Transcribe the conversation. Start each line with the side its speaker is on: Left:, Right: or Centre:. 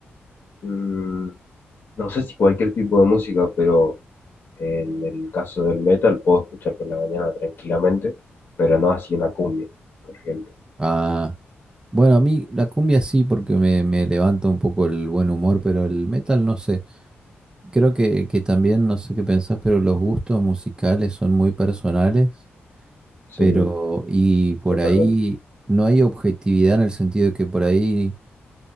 Left: Mm, no sé si cualquier tipo de música, pero En el caso del metal puedo escuchar por la mañana tranquilamente, pero no así una cumbia, por ejemplo.
Right: Ah, bueno, a mí la cumbia sí, porque me, me levanta un poco el buen humor, pero el metal no sé. Creo que, que también, no sé qué pensás, pero los gustos musicales son muy personales.
Left: Sí,
Right: Pero, y por
Left: totalmente,
Right: ahí no hay objetividad en el sentido de que por ahí